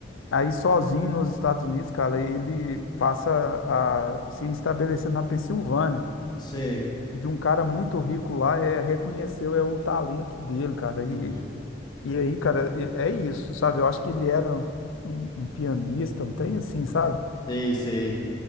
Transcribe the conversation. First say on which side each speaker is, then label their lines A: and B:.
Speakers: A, on the left (about 85°); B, on the left (about 20°).
A: Aí sozinho nos Estados Unidos, cara, ele passa a se estabelecer na Pensilvânia,
B: Sei.
A: onde um cara muito rico lá é, reconheceu é o talento dele, cara.
B: Uhum.
A: E, e aí, cara, é é isso, sabe? Eu acho que ele era um, um pianista, um trem assim, sabe?
B: Sei, sei.